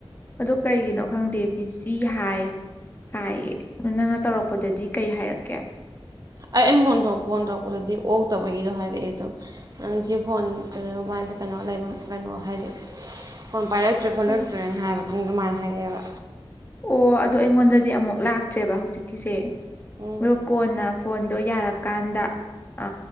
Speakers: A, on the left; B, on the right.
A: ꯑꯗꯨ ꯀꯩꯒꯤꯅꯣ ꯈꯪꯗꯦ ꯕꯤꯖꯤ ꯍꯥꯏ ꯍꯥꯏꯌꯦ ꯑꯗꯨ ꯅꯪꯅ ꯇꯧꯔꯛꯄꯗꯗꯤ ꯀꯩ ꯍꯥꯏꯔꯛꯀꯦ
B: ꯑꯩ ꯐꯣꯟꯗ ꯐꯣꯟ ꯇꯧꯔꯛꯄꯗꯗꯤ ꯑꯣ ꯇꯧꯕꯒꯤꯗꯣ ꯍꯥꯏꯔꯛꯑꯦ ꯑꯗꯨꯝ ꯅꯪ ꯁꯤ ꯐꯣꯟ ꯀꯩꯅꯣꯁꯦ ꯀꯩꯅꯣ ꯂꯩꯕ ꯀꯩꯅꯣ ꯍꯥꯏꯔꯛꯑꯦ ꯐꯣꯟ ꯄꯥꯏꯔꯛꯇ꯭ꯔꯦ ꯈꯣꯠꯂꯛꯇ꯭ꯔꯦꯅ
A: ꯑꯣ
B: ꯍꯥꯏꯕ ꯃꯇꯨꯡ ꯑꯗꯨꯃꯥꯏꯅ ꯍꯥꯏꯔꯛꯑꯦꯕ
A: ꯑꯣ ꯑꯗꯨꯗ ꯑꯩꯉꯣꯟꯗꯗꯤ ꯑꯃꯨꯛ ꯂꯥꯛꯇ꯭ꯔꯦꯕ ꯍꯧꯖꯤꯛꯀꯤꯁꯦ
B: ꯎꯝ
A: ꯑꯣ ꯀꯣꯟꯅ ꯐꯣꯟꯗꯣ ꯌꯥꯔꯀꯥꯟꯗ ꯑ